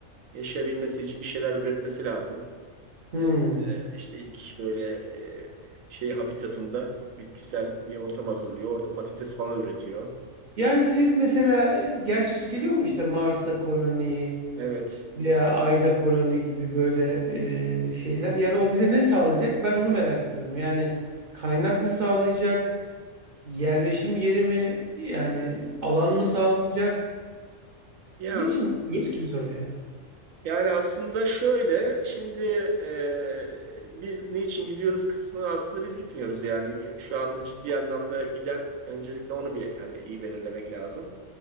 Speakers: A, on the right; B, on the right.
A: Yaşayabilmesi için bir şeyler üretmesi lazım.
B: Hmm.
A: Ee, işte ilk böyle e, şey habitatında bitkisel bir ortam hazırlıyor. Orada patates falan üretiyor.
B: Yani siz mesela e, gerçekçi geliyor mu işte Mars'ta koloni
A: Evet.
B: veya Ay'da koloni gibi böyle e, şeyler? Yani o bize ne sağlayacak? Ben onu merak ediyorum. Yani kaynak mı sağlayacak? Yerleşim yeri mi? Yani alan mı sağlayacak?
A: Ya
B: Niçin gidiyoruz ki biz oraya?
A: yani aslında şöyle şimdi e, biz niçin gidiyoruz kısmı aslında biz gitmiyoruz yani şu anda ciddi anlamda giden öncelikle onu bir yani iyi belirlemek lazım.